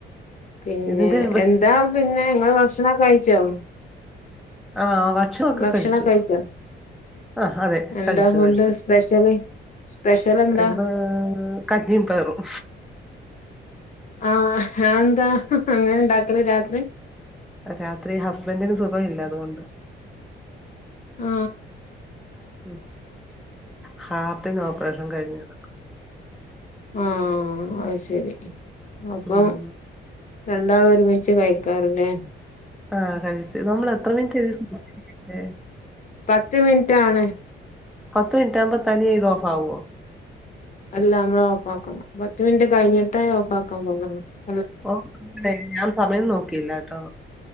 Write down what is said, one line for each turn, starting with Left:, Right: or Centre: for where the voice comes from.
Left: പിന്നെ
Centre: ഇതിന്റെ
Left: എന്താ പിന്നെ ഇങ്ങൾ ഭക്ഷണൊക്കെ കഴിച്ചോ?
Centre: ആ വക്ഷണൊക്കെ
Left: ഭക്ഷണം
Centre: കഴിച്ചു
Left: കഴിച്ചോ
Centre: ആ അതെ
Left: എന്താ
Centre: കഴിച്ചു
Left: ഫുഡ്
Centre: കഴിച്ചു.
Left: സ്പെഷ്യല് സ്പെഷ്യൽ എന്താ
Centre: ഇന്ന് കഞ്ഞി പയറും.
Left: ആഹ അതെന്താ അങ്ങനെ ഉണ്ടാക്കല് രാത്രി.
Centre: രാത്രി ഹസ്ബെന്റിന് സുഖമില്ല അതുകൊണ്ടാ.
Left: ആ
Centre: മം ഹാർട്ടിന് ഓപ്പറേഷൻ കയിഞ്ഞ് കിടക്ക
Left: ആ അഹ് ശെരി അപ്പോ
Centre: ഉം
Left: രണ്ടാളും ഒരുമിച്ച് കയിക്കാരില്ലേ?
Centre: ആ കഴിച്ചു നമ്മൾ എത്രേ മിനിറ്റ്ആ ഇതിൽ സംസാരിക്കണ്ട
Left: പത്ത് മിൻറ്റാണ്.
Centre: പത്ത് മിൻറ്റ് ആകുമ്പോ തനിയ ഇത് ഓഫാവുവോ?
Left: അല്ല മ്മള് ഓഫാക്കണം പത് മിൻറ്റ് കഴിഞ്ഞിട്ടേ ഓഫാക്കാൻ പ <inaudible>
Centre: ഓ ഞാൻ ട്ട ഞാൻ സമയം നോക്കീലാട്ടോ.